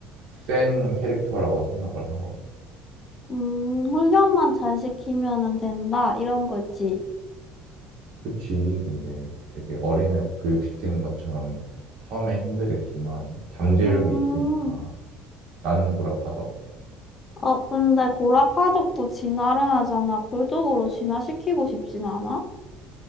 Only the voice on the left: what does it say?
음, 훈련만 잘 시키면은 된다. 이런 거지.
음,
어, 근데 고라 파덕도 진화를 하잖아. 골독으로 진화시키고 싶진 않아?